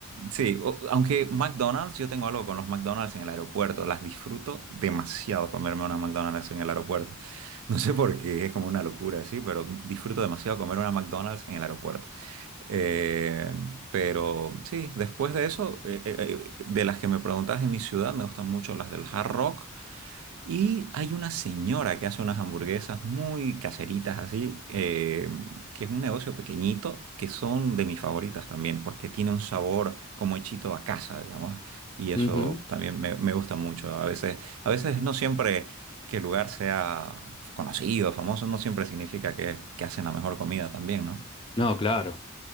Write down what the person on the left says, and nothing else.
Ujú.
No, claro.